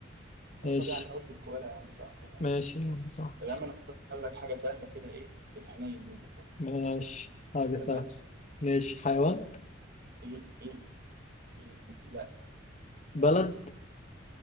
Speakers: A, on the left; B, on the right.
A: ماشي
B: اه طب يا عم أنا قلت الكوالا يا عم صح يعني
A: ماشي يا عم صح
B: طب يا عم أنا أختار لك حاجة سهلة كده إيه الحنين منه خالص
A: ماشي حاجة
B: تمام؟
A: سهلة ماشي حيوان
B: ال ال ال- لا
A: بلد